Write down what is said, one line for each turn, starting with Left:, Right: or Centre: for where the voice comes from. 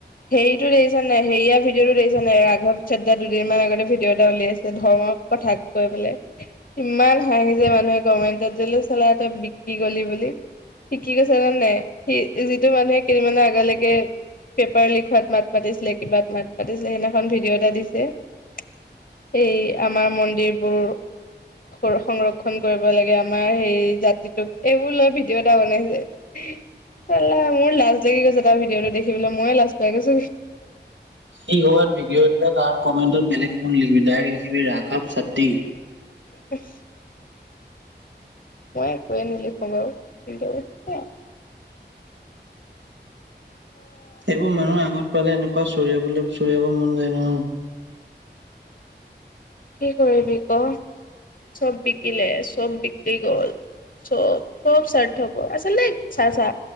Left: হেৰিটো দেখিছ নে নাই হেৰিয়া ভিডিঅ'টো দেখিছ নাই ৰাঘৱ চদ্দা দুদিনমান আগতে ভিডিঅ' এটা উলাইছে ধৰ্ম কথা কৈ পেলাই, ইমান হাঁহিছে মানুহে কমেন্টত যে চলা তই বিকি গলি বু বুলি, সি কি কৈছে জান নাই? সি যিটো মানুহে কেইদিনমানৰ আগলেকে পেপাৰ লিক হোৱাত মাত মাতিছিলে কিবাত মাত মাতিছিলে সেইদিনাখন ভিডিঅ' এটা দিছে সেই আমাৰ মন্দিৰবোৰ ৰ সংৰক্ষণ কৰিব লাগে আমাৰ সেই জাতি টোক এইবোৰ লৈ ভিডিঅ' এটা বনাইছে লা মোৰ লাজ লাগি গৈছে তাৰ ভিডিঅ'টো দেখিবলে ময়ে লাজ পায় গৈছোগে।
Right: সি কৰবাত ভিডিঅ' দিলে তাৰ কমেণ্টত বেলেগ একো নিলিখিবি ডাইৰেক্ট লিখিবি ৰাঘৱ চাদ্দি।
Left: <inaudible> মই একোৱে নিলিখোঁ বাৰু কিন্তু <inaudible>
Right: সেইবোৰ মানুহ আগত পালে এনেকুৱা চৰিয়াবলে চৰিয়াব মন যায় নহয়।
Left: কি কৰিবি ক সব বিকিলে, সব বিক্ৰী গল। সব সব স্বাৰ্থপৰ আচলতে চা চা